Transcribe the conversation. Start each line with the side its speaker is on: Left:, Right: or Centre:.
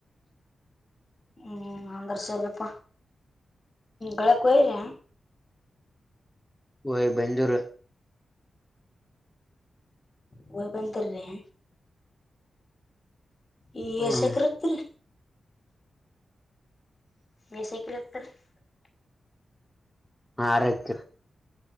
Left: ಹ್ಮ್ ಅಂದ್ರ ಸರಿಯೇಪ್ಪ ಗಳೇಕೊಗೀರ್ಯಾ
Centre: ಹೋಗಿ ಬಂದ್ವರೀ
Left: ಹೋಗಿ ಬಂದರ್ಯಾ ಯೇಸ
Centre: ಹ್ಮ್
Left: ಎಕರೆ ಇತ್ರೀ <unintelligible>
Centre: ಆರೆಕ್ಕ